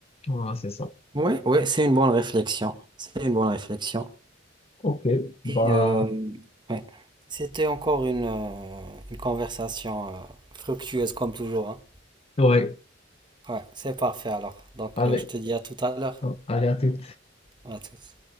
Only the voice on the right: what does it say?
Ouais, ouais, c'est une bonne réflexion. C'est une bonne réflexion.
Et, euh, ouais. C'était encore une, euh, une conversation euh, fructueuse comme toujours, hein.
Ouais, c'est parfait alors. Donc,
euh, je te dis à tout à l'heure.
À tous.